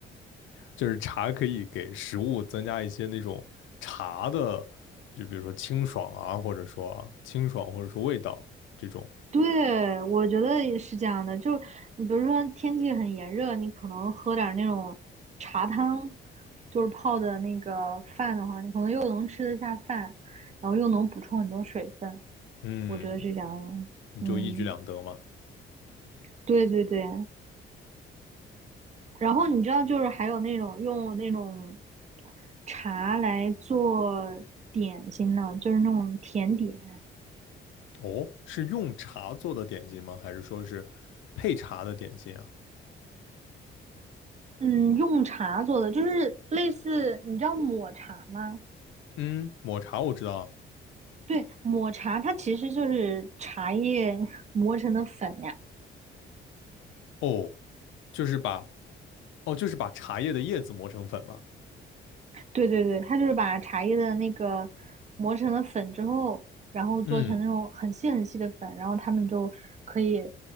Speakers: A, on the left (about 80°); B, on the right (about 35°).
A: 就是茶可以给食物增加一些那种茶的，就比如说清爽啊，或者说啊清爽，或者说味道这种，
B: 对，我觉得也是这样的。就你比如说天气很炎热，你可能喝点儿那种茶汤，就是泡的那个饭的话，你可能又能吃得下饭，然后又能补充很多水分。
A: 嗯，
B: 我觉得是这样。
A: 你就一举两得嘛。
B: 嗯，对对对。然后你知道，就是还有那种用那种茶来做点心呢，就是那种甜点。
A: 哦，是用茶做的点心吗？还是说是配茶的点心啊？
B: 嗯，用茶做的，就是类似你知道抹茶吗？
A: 嗯，抹茶我知道啊。
B: 对，抹茶它其实就是茶叶 <laughs> 磨成的粉呀。
A: 哦，就是把哦，就是把茶叶的叶子磨成粉嘛。
B: 对对对，它就是把茶叶的那个磨成了粉之后，然后做成那种很细很细的粉，
A: 嗯，
B: 然后他们就可以